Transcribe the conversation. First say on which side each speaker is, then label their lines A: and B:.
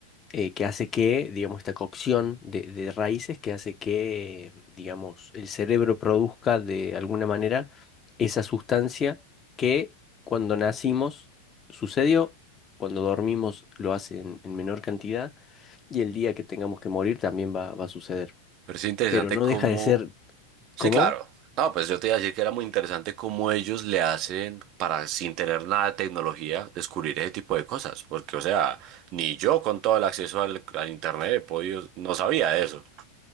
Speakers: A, on the left; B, on the right.
A: eh, que hace que, digamos, esta cocción de, de raíces que hace que, digamos, el cerebro produzca de alguna manera esa sustancia que cuando nacimos sucedió, cuando dormimos lo hace en, en menor cantidad y el día que tengamos que morir también va, va a suceder.
B: Pero es interesante
A: Pero no
B: cómo...
A: deja de ser,
B: Sí,
A: ¿cómo?
B: claro. No, pues yo te iba a decir que era muy interesante cómo ellos le hacen para, sin tener nada de tecnología, descubrir ese tipo de cosas. Porque, o sea, ni yo con todo el acceso al, al internet he podido, no sabía de eso.